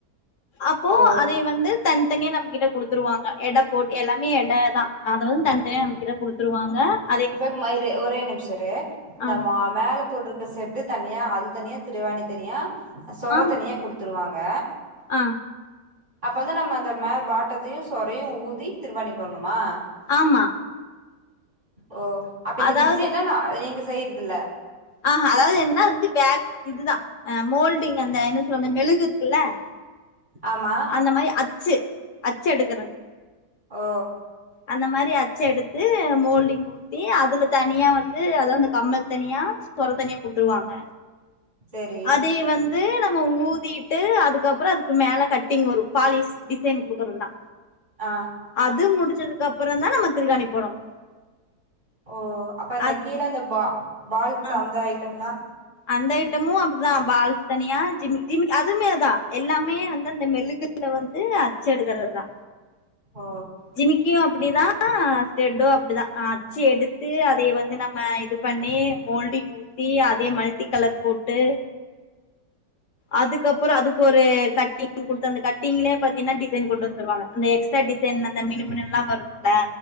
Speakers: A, on the left; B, on the right.
A: அப்போ
B: ஓ
A: அதை வந்து தனி தனியே நம்மகிட்ட குடுத்துருவாங்க எட போட் எல்லாமே எடை தா அதை வந்து தனி தனியா நம்ம கிட்ட குடுத்துருவாங்க அ
B: இப்பம இரு ஒரே நிமிஷ இரு இந்த
A: ஆ
B: மேல போட்டுருக்க செட்டு தனியா அது தனியா திருவாணி தனியா சொர
A: ஆம்
B: தனியா குடுத்துருவாங்க
A: ஆ
B: அப்ப வந்து நம்ம அந்த மேல பாட்டத்தையு சொறையு ஊதி திருவாணி போட்ணுமா
A: ஆமா
B: ஓ அப்ப இந்த
A: அதாவது
B: டிஸைன்லா நா நீங்க செய்யறதுல்ல
A: ஆஹ அதாவது என்னா வந்து வேக்ஸ் இதுதா அ மோல்டிங் அந்த என்ன சொல்ல மெழுகு இருக்குல்ல
B: ஆமா
A: அந்த மாரி அச்சு அச்சு எடுக்குறது
B: ஓ
A: அந்த மாரி அச்ச எடுத்து மோல்டிங் ஊ த்தி அதுல தனியா வந்து அதாவது கம்மல் தனியா சொர தனியா குடுத்துருவாங்க
B: சேரி
A: அதையு வந்து நம்ம ஊதிட்டு அதுக்கப்பற அதுக்கு மேல கட் ட்டிங் வரு பாலிஷ் டிசைன் குடுக்குறதுதா
B: ஆ
A: அது முடிஞ்சதுக்கு அப்பறந்தா நம்ம திருவாணி போடணு
B: ஓ அப்ப இந்த
A: அத்
B: கீழ இந்த பா பால்ஸ்
A: ஆ
B: அந்த ஐட்டம்லா
A: அந்த ஐட்டமு அப்படிதா பால்ஸ் தனியா ஜிம் ஜி அதுவுமே அதா எல்லாமே வந்து அந்த மெழுகு வந்து அச்சு எடுக்கறது தா
B: ஓ
A: ஜிமிக்கியு அப்படி தா ஸ்டெட்டு அப்டிதா அச்சு எடுத்து அதை வந்து நம்ம இது பண்ணி மோல்டிங் ஊத்தி அதே மல்ட்டி கலர் போட்டு அதுக்கப்பறோ அதுக்கு ஒரு கட்டிங் குடுத்து அந்த கட்டிங்லே பாத்தீங்கன்னா டிசைன் கொண்டு வந்துருவாங்க அந்த எக்ஸ் ட்டா டிசைன் அந்த மினுமினுலா வரும்ல